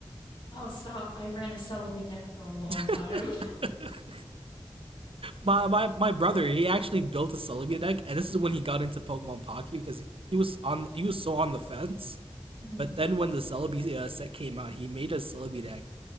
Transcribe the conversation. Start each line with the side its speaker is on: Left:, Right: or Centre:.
Left: Oh, stop. I ran a Celebi deck for a long
Right: <laughs>
Left: time. <laughs>
Right: my my my brother, he actually built a Celebi deck, and this is when he got into Pokemon Pocky because he was on he was so on the fence.
Left: Mhm.
Right: But then when the Celebi uh, set came out, he made a Celebi deck,